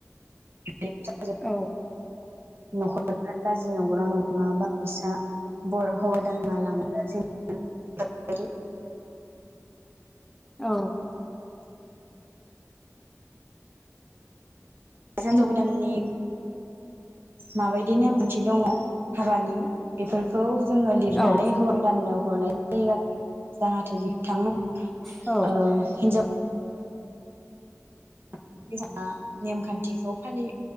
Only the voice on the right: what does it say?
<unintelligible> जि
नंगौना नङा बागैसा बर' हौवा दानना <unintelligible> <unintelligible>
हिन्जाव गोदाननि माबायदि नेमखान्थि दङ हाबानि बेफोरखौ जोङो लिरनानै
होवा गोदाननो हरनाय जायो आरो। जाहाथे बि थां ओ
हिनजाव <unintelligible> नेमखान्थिखौ फालि